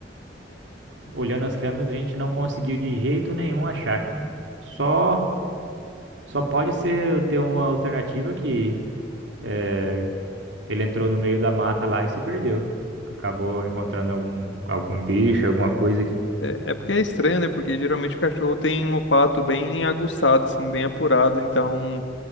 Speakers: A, on the right; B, on the left.
A: olhando as câmeras, a gente não conseguiu de jeito nenhum a chácara. Só, só pode ser ter uma alternativa que é, ele entrou no meio da mata lá e se perdeu. Acabou encontrando algum, algum bicho, alguma coisa que.
B: É, é porque é estranho, né? Porque geralmente o cachorro tem um olfato bem aguçado, assim, bem apurado. Então,